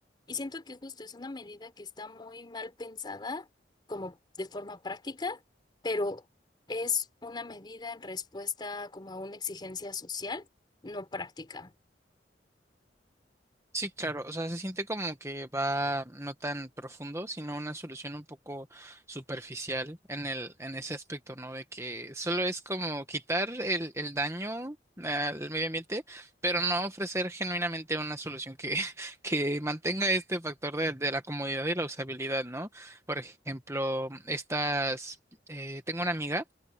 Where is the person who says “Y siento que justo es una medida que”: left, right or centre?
Left